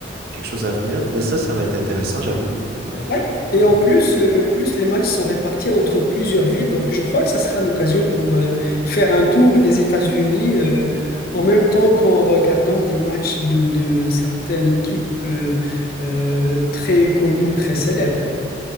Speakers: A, on the right; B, on the left.
A: quelque chose à venir. Mais ça, ça va être intéressant, j'avoue. Ouais.
B: Oui, et
A: Hmm.
B: en plus, euh, en plus, les matchs sont répartis entre plusieurs villes, donc je crois que ça sera l'occasion pour euh, faire un tour des États-Unis euh, en même temps qu'en regardant des matchs de, de certaines équipes euh, euh, très connues, très célèbres.